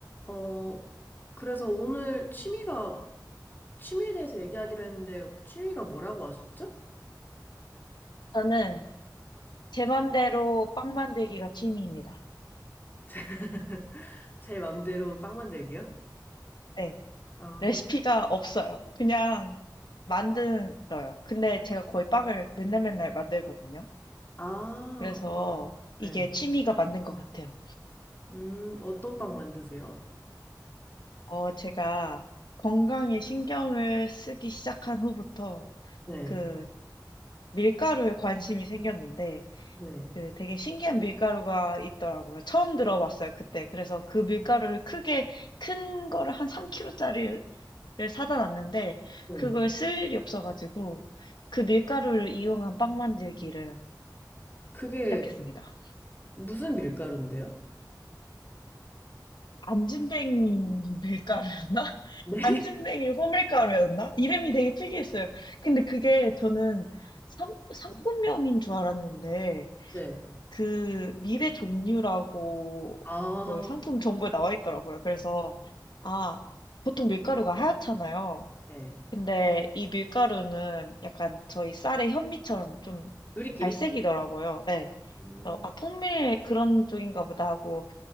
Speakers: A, on the left (about 25°); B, on the left (about 75°).
A: 어, 그래서 오늘 취미가, 취미에 대해서 얘기하기로 했는데, 취미가 뭐라고 하셨죠?
B: 저는 제 맘대로 빵 만들기가 취미입니다.
A: <laughs> 제 맘대로 빵 만들기요?
B: 네.
A: 아,
B: 레시피가 없어요. 그냥 만들어요. 근데 제가 거의 빵을 맨날 맨날 만들거든요.
A: 아,
B: 그래서
A: 어,
B: 이게
A: 네.
B: 취미가 맞는 것 같아요.
A: 음, 어떤 빵 만드세요?
B: 어, 제가 건강에 신경을 쓰기 시작한 후부터
A: 네,
B: 그 밀가루에 관심이 생겼는데
A: 네,
B: 그 되게 신기한 밀가루가 있더라고요. 처음 들어봤어요, 그때. 그래서 그 밀가루를 크게 큰 거를 한 3kg짜리 를 사다 놨는데
A: 네.
B: 그걸 쓸 일이 없어가지고 그 밀가루를 이용한 빵 만들기를
A: 그게
B: 시작했습니다.
A: 무슨 밀가루인데요?
B: 안진뱅이 밀가루였나? <laughs>
A: <laughs> 네,
B: 안진뱅이 호밀가루였나? 이름이 되게 특이했어요. 근데 그게 저는 상, 상품명인 줄 알았는데
A: 네.
B: 그 밀의 종류라고
A: 아,
B: 그 상품 정보에 나와 있더라고요. 그래서 아 보통 밀가루가 하얗잖아요.
A: 네.
B: 근데 이 밀가루는 약간 저희 쌀의 현미처럼 좀
A: 누리끼리?
B: 갈색이더라고요. 네.
A: 음,
B: 그래서 아, 통밀 그런 쪽인가 보다 하고